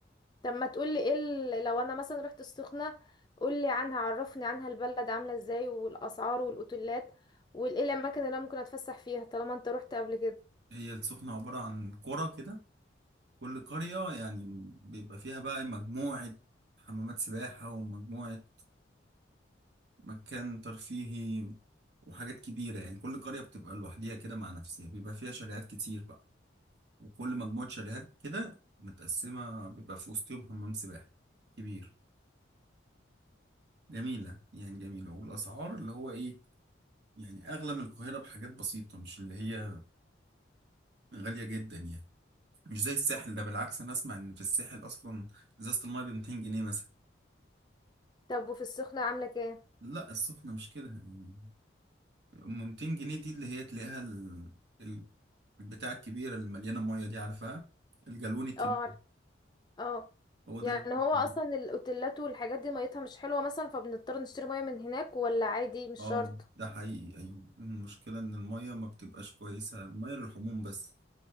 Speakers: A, on the left; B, on the right.
A: طب ما تقولي ايه ال- لو انا مثلا رحت السخنة قولي عنها عرفني عنها البلد عاملة ازاي والاسعار والاوتيلات وايه الاماكن اللي انا ممكن اتفسح فيها طالما انت رحت قبل كده
B: هي السخنة عبارة عن قرى كده كل قرية يعني بيبقى فيها بقى مجموعة حمامات سباحة ومجموعة مكان ترفيهي وحاجات كبيرة يعني كل قرية بتبقى لوحديها كده مع نفسها بيبقى فيها شاليهات كتير بقى وكل مجموعة شاليهات كده متقسمة بيبقى في وسطهم حمام سباحة كبير جميلة يعني جميلة والأسعار اللي هو إيه يعني أغلى من القاهرة بحاجات بسيطة مش اللي هي غالية جدا يعني مش زي الساحل ده بالعكس انا اسمع ان في الساحل اصلا ازازه المايه ب 200 جنيه مثلا
A: طب وفي السخنة عاملة كام
B: لا السخنه مش كده يعني ام 200 جنيه دي اللي هي تلاقيها ال... ال- البتاع الكبيره اللي مليانه ميه دي عارفها الجالون الكبير
A: اه عارف اه
B: هو
A: يعني
B: ده اللي ممكن
A: هو اصلا الاوتيلات والحاجات دي ميتها مش حلوة مثلا فبنضطر نشتري مية من هناك ولا عادي مش
B: اه
A: شرط
B: ده حقيقي ايوه المشكله ان الميه ما بتبقاش كويسه الميه للحموم بس